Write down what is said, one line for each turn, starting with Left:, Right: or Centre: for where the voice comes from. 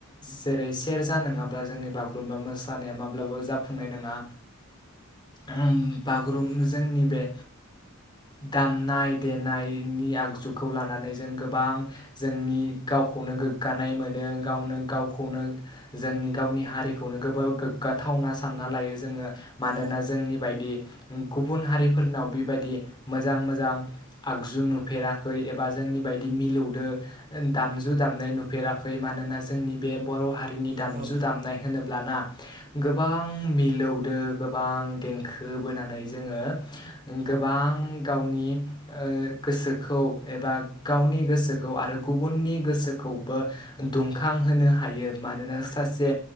Left: जेरै सेरजा नोंङाब्ला जोंनि बागुरुम्बा मोसानाया माब्लाबाबो जाफुंनाय नोंङा। ओं बागुरुम
Right: औ
Left: जोंनि बे दामनाय देनायनि आगजुखौ लानानै जों गोबां जोंनि गावखौनो गोग्गानाय मोनो गावनो गावखौनो जोंनि गावनि हारिखौनो गोब गोग्गाथावना सानना लायो जोंङो। मानोना
Right: औ
Left: जोंनि बायदि गुबुन हारिफोरनाव बेबायदि मोजां मोजां आगजु नुफेराखै एबा जोंनि बायदि मिलौदो दामजु दामनाय नुफेराखै मानोना जोंनि बे बर' हारि नि दामजु
Right: औ
Left: दामनाय होनोब्लाना गोबां मिलौदो गोबां देंखो बोनानै जोंङो गोबां गावनि ओ गोसोखौ एबा गावनि गोसोखौ आरो गुबुननि गोसोखौबो दुंखांहोनो हायो मानोना सासे